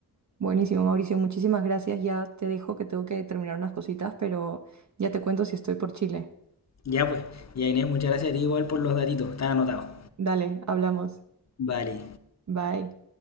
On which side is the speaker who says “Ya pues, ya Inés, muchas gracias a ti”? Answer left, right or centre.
Left